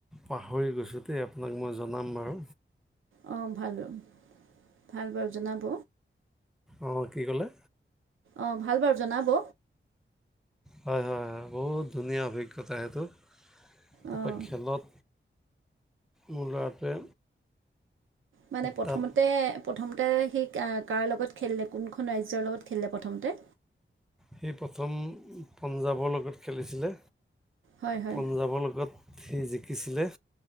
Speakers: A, in the centre; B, on the right.
A: পাহৰি গৈছোঁ দে আপোনাক মই জনাম বাৰু।
B: অ, ভাল <unintelligible> ভাল বাৰু জনাব।
A: অ, কি ক'লে?
B: অ, ভাল বাৰু জনাব।
A: হয় হয় হয় বহুত ধুনীয়া অভিজ্ঞতা সেইটো, তাপা
B: অঁ
A: খেলত মোৰ ল'ৰাটোৱে
B: মানে প্ৰথমতে
A: তাত
B: প্ৰথমতে সি কাৰ লগত খেলিলে কোনখন ৰাজ্যৰ লগত খেলিলে প্ৰথমতে?
A: সি প্ৰথম পঞ্জাৱৰ লগত খেলিছিলে।
B: হয় হয়
A: পঞ্জাৱৰ লগত সি জিকিছিলে।